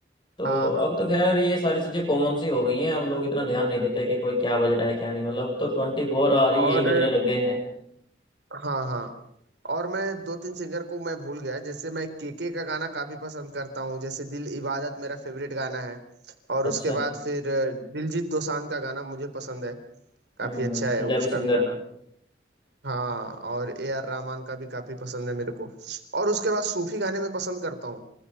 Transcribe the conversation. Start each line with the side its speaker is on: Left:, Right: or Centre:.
Left: तो
Right: हाँ हाँ
Left: अब
Right: बिल्कुल
Left: तो खैर ये सारी चीजें कॉमन सी हो गई हैं अब लोग इतना ध्यान नहीं देते कि कोई क्या बज रहा है क्या नहीं मतलब तो ट्वेंटी फोर आ रही
Right: और
Left: यही बजने लग गए हैं
Right: हाँ हाँ और मैं दो तीन सिंगर को मैं भूल गया जैसे मैं केके का गाना काफी पसंद करता हूँ जैसे दिल इबादत मेरा फेवरेट गाना है और
Left: अच्छा
Right: उसके बाद फिर दिलजीत दोसांझ का गाना मुझे पसंद है काफी
Left: हम्म
Right: अच्छा
Left: हम्म,
Right: है
Left: पंजाबी
Right: उसका
Left: सिंगर
Right: भी गाना हाँ और ए आर रहमान का भी काफी पसंद है मेरे को और उसके बाद सूफी गाने मैं पसंद करता हूँ